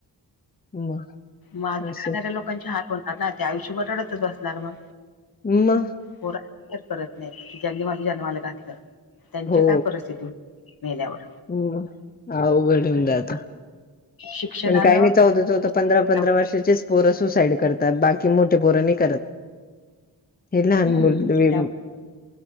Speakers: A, on the left (about 20°); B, on the left (about 55°).
A: मग.
B: मागं
A: असं
B: राहणाऱ्या लोकांची हाल होणार ना, ते आयुष्यभर रडतच बसणार मग.
A: म.
B: पोरा विचार करत नाहीत, की ज्यांनी मला जन्माला घातलं त्यांची
A: हो
B: काय परिस्थिती हो मेल्यावर.
A: मग, अवघड होऊन
B: तर
A: जातं.
B: शिक्षणानं
A: पण काही नाही चौदा चौदा,
B: हम्म
A: पंधरा पंधरा वर्षाचेच पोरं सुसाईड करता, बाकी मोठे पोरं नाही करत. हे लहान
B: हम्म
A: मुल् वि
B: त्यामुळे